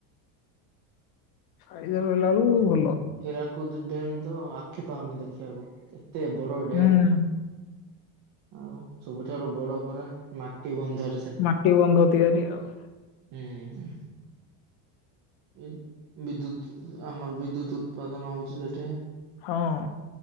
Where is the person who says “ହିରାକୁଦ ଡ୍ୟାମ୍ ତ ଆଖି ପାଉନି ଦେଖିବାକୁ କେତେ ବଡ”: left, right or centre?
Right